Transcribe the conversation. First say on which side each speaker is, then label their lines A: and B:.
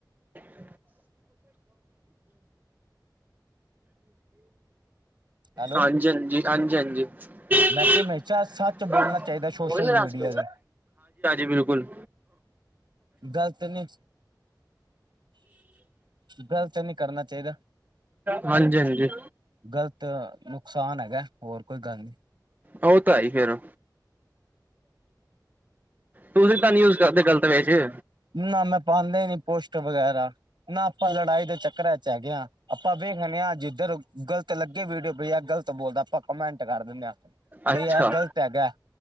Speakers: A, on the right; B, on the right.
A: ਠ
B: ਹੈਲੋ
A: ਹਾਂਜੀ-ਹਾਂਜੀ-ਹਾਂਜੀ-ਹਾਂਜੀ,
B: ਮੈਂ ਕਿ ਹਮੇਸ਼ਾ ਸੱਚ ਬੋਲਣਾ ਚਾਹੀਦਾ ਸੋਸ਼ਲ ਮੀਡੀਆ ਦਾ
A: ਹਾਂਜੀ-ਹਾਂਜੀ ਬਿਲਕੁਲ।
B: ਗ਼ਲਤ ਨੀ, ਗਲਤ ਨਹੀਂ ਕਰਨਾ ਚਾਹੀਦਾ।
A: ਹਾਂਜੀ-ਹਾਂਜੀ,
B: ਗ਼ਲਤ ਨੁਕਸਾਨ ਹੈਗਾ, ਹੋਰ ਕੋਈ ਗੱਲ ਨੀ।
A: ਉਹ ਤਾਂ ਆਈ ਫੇਰ ਤੁਸੀਂ ਤੁਹਾਨੂੰ ਯੂਜ ਕਰਦੇ ਗਲਤ ਵ ਚ।
B: ਨਾ ਮੈਂ ਪਾਦੇ ਨੀ ਪੋਸਟਾ ਵਗੈਰਾ, ਨਾ ਆਪਾਂ ਲੜਾਈ ਦੇ ਚੱਕਰਾਂ ਚ ਹੈਗੇ ਹਾਂ, ਆਪਾਂ ਵੇਖਦੇ ਹਾਂ ਜਿੱਧਰ ਗ਼ਲਤ ਲੱਗੇ ਵੀਡੀਓ ਪਈ ਜਾਂ ਗ਼ਲਤ ਬੋਲਦਾ ਆਪਾਂ ਕਮੈਂਟ ਕਰ ਦਿੰਦੇ ਹਾਂ ਬਈ
A: ਅੱਛਾ
B: ਇਹ ਗ਼ਲਤ ਹੈਗਾ